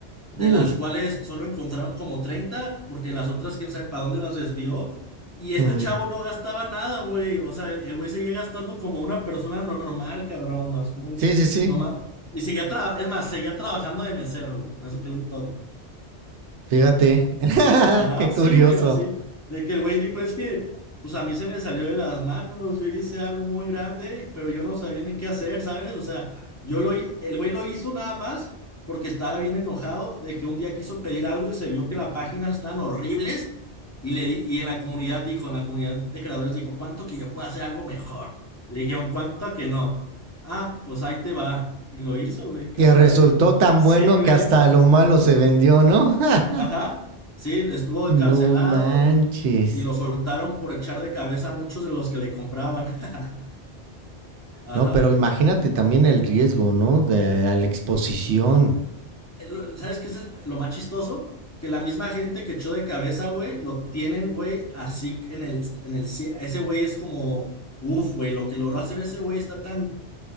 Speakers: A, on the left; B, on the right.
A: de
B: Uy.
A: las cuales solo encontraron como 30, porque las otras quién sabe para dónde las desvió. Y este
B: ujú,
A: chavo no gastaba nada, güey. O sea, el el güey seguía gastando como una persona normal, cabrón. No, es como un
B: Sí,
A: ch-
B: sí, sí.
A: no ma- y seguía traba- es más, seguía trabajando de mesero, güey. Con Eso te digo todo.
B: Fíjate. <laughs>
A: Ajá,
B: Qué curioso.
A: sí, güey, así. De que el güey dijo, es que, pues a mí se me salió de las manos, yo hice algo muy grande, pero yo no sabía ni qué hacer, ¿sabes? O sea, yo lo, hi- el güey lo hizo nada más porque estaba bien enojado de que un día quiso pedir algo y se vio que las páginas estaban horribles y le di- y en la comunidad dijo, en la comunidad de creadores dijo, ¿cuánto que yo puedo hacer algo mejor? Le dijeron, ¿cuánto a que no? Ah, pues ahí te va. Y lo hizo, güey, casi,
B: Y resultó
A: casi no.
B: tan
A: <laughs> Sí,
B: bueno
A: güey,
B: que hasta lo
A: sí.
B: malo se vendió, ¿no? <laughs>
A: Ajá, sí, estuvo
B: No
A: encarcelado
B: manches.
A: y lo soltaron por echar de cabeza a muchos de los que le compraban. <laughs> Ajá.
B: No, pero imagínate también el riesgo, ¿no? De a la exposición.
A: Lo- ¿Sabes qué es el- lo más chistoso? Que la misma gente que echó de cabeza, güey, lo tienen, güey, así en el, en el, cie- ese güey es como, uf, güey, lo que logró hacer ese güey está tan